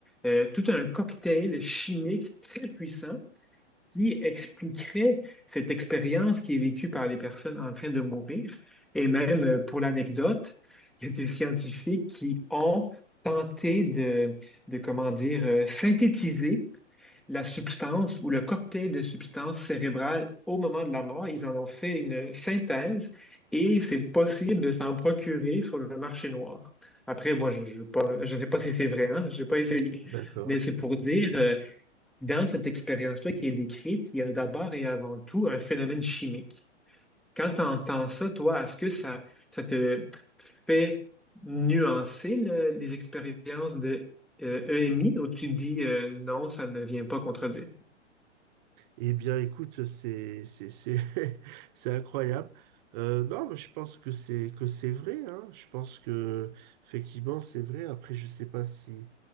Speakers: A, in the centre; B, on the right.
A: euh, tout un cocktail chimique très puissant qui expliquerait cette expérience qui est vécue par les personnes en train de mourir. Et même, euh, pour l'anecdote, il y a des scientifiques qui ont tenté de, de comment dire, euh, synthétiser la substance ou le cocktail de substances cérébrales au moment de la mort. Ils en ont fait une synthèse et c'est possible de s'en procurer sur le marché noir. Après, moi, je, je, veux pas, je ne sais pas si c'est vrai, hein, je n'ai pas essayé,
B: d'accord.
A: mais c'est pour dire, euh, dans cette expérience-là qui est décrite, il y a d'abord et avant tout un phénomène chimique. Quand tu entends ça, toi, est-ce que ça, ça te fait nuancer le- les expériences de euh, EMI ou tu dis euh, non, ça ne vient pas contredire?
B: Eh bien, écoute, c'est c'est c'est <laughs> c'est incroyable. Euh, non, mais je pense que c'est que c'est vrai. Hein. Je pense que effectivement c'est vrai. Après, je sais pas si